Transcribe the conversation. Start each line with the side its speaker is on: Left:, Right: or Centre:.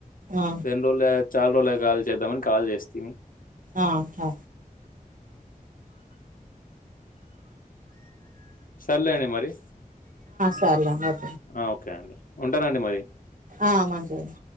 Right: ఆ
Left: ఎన్ని రోజులు ఆయా చాలా రోజులు ఆయా కాల్ చేద్దామని కాల్ చేస్తని
Right: ఆ అ
Left: సర్లేండి మరి
Right: సర్లేమో <inaudible>
Left: అ ఓకే అండి ఉంటానండి మరి
Right: ఆ మంచిదండి